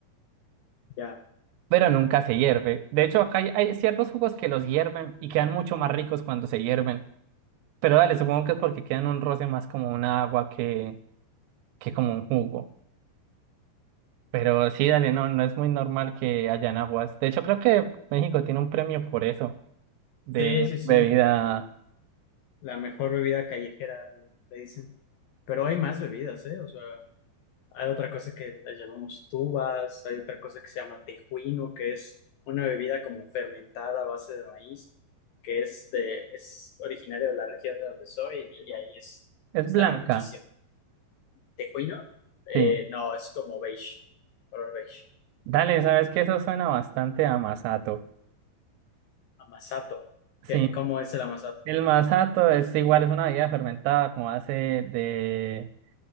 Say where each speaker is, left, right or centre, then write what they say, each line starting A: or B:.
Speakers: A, on the left; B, on the right.
A: Ya.
B: pero nunca se hierve. De hecho, acá hay, hay ciertos jugos que los hierven y quedan mucho más ricos cuando se hierven. Pero dale, supongo que es porque quedan un roce más como un agua que, que como un jugo. Pero sí, dale, no, no es muy normal que hayan aguas. De hecho, creo que México tiene un premio por eso, de
A: Sí, sí, sí.
B: bebida.
A: La mejor bebida callejera, le le dicen. Pero hay más bebidas, ¿eh? O sea, hay otra cosa que la llamamos tubas, hay otra cosa que se llama tejuino, que es una bebida como fermentada a base de maíz, que es, de, es originaria de la región de donde soy y ahí es,
B: Es
A: está
B: blanca,
A: riquísimo. ¿Tejuino? Eh,
B: sí.
A: no, es como beige, color beige.
B: Dale, sabes que eso suena bastante a masato.
A: Amasato.
B: Sí,
A: ¿Qué- ¿Cómo es el amasato?
B: el masato es igual, es una bebida fermentada como hace de,